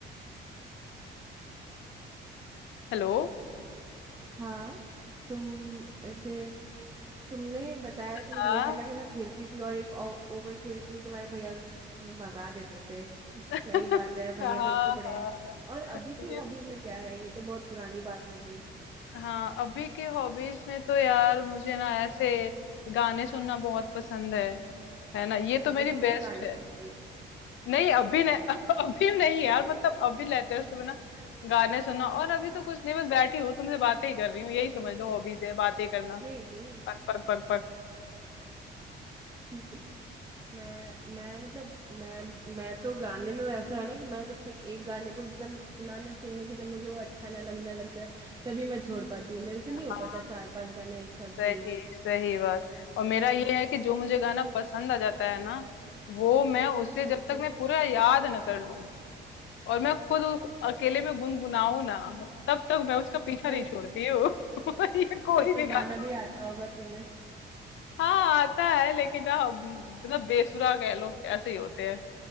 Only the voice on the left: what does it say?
हेलो
हाँ
<laughs>
हाँ
हाँ
ये-
हाँ अभी के हॉबीज में तो यार मुझे ना ऐसे गाने सुनना बहुत पसंद है है ना ये तो
मेरी
बेस्ट
है
नहीं अभी नहीं <laughs> अभी नहीं यार मतलब अभी लेटेस्ट में ना गाने सुना और अभी तो कुछ नहीं बस बैठी हूँ तुमसे बातें ही कर रही हूँ यही समझ लो हॉबीज है बातें करना
पक पक पक पक
हाँ
सही
सही बात और मेरा ये है कि जो मुझे गाना पसंद आ जाता है ना वो मैं उसे
जब तक मैं पूरा याद न कर लूं और मैं खुद उस अकेले में गुनगुनाऊं ना तब तक मैं उसका पीछा
नहीं छोड़ती हूँ <laughs> ये कोई
भी
गाना
हाँ आता है लेकिन ना मतलब बेसुरा कह लो ऐसे ही होते हैं